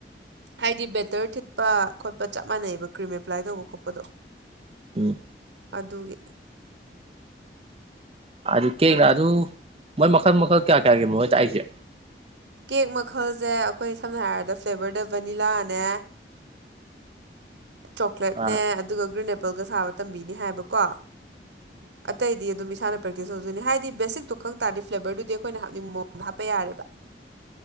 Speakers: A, on the right; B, on the right.
A: ꯍꯥꯏꯗꯤ ꯕꯦꯇꯔ ꯊꯤꯠꯄ ꯈꯣꯠꯄ ꯆꯞ ꯃꯥꯟꯅꯩꯕ ꯀ꯭ꯔꯤꯝ ꯑꯦꯄ꯭ꯂꯥꯏ ꯇꯧꯕ ꯈꯣꯠꯄꯗꯣ
B: ꯎꯝ
A: ꯑꯗꯨꯒꯤ
B: ꯑꯗꯨ ꯀꯦꯛꯅ ꯑꯗꯨ ꯃꯣꯏ ꯃꯈꯜ ꯃꯈꯜ ꯀꯌꯥ ꯀꯌꯥꯒꯤ ꯃꯣꯏ ꯇꯥꯛꯏꯁꯦ
A: ꯀꯦꯛ ꯃꯈꯜꯖꯦ ꯑꯩꯈꯣꯏ ꯁꯝꯅ ꯍꯥꯏꯔꯕꯗ ꯐ꯭ꯂꯦꯕꯔꯗ ꯚꯅꯤꯂꯥꯅꯦ ꯆꯣꯀ꯭ꯂꯦꯠꯅꯦ
B: ꯑꯥ
A: ꯑꯗꯨꯒ ꯒ꯭ꯔꯤꯟ ꯑꯦꯄꯜꯒ ꯁꯥꯕ ꯇꯝꯕꯤꯅꯤ ꯍꯥꯏꯕꯀꯣ
B: <inaudible>
A: ꯑꯇꯩꯗꯤ ꯑꯗꯨꯝ ꯏꯁꯥꯅ ꯄ꯭ꯔꯦꯛꯇꯤꯁ ꯇꯧꯗꯣꯏꯅꯦ ꯍꯥꯏꯗꯤ ꯕꯦꯁꯤꯛꯇꯣ ꯈꯪ ꯇꯥꯔꯗꯤ ꯐ꯭ꯂꯦꯕꯔꯗꯨꯗꯤ ꯑꯩꯈꯣꯏꯅ ꯍꯥꯞꯅꯤꯡꯕ ꯃꯑꯣꯡꯗ ꯍꯥꯞꯄ ꯌꯥꯔꯦꯕ <inaudible>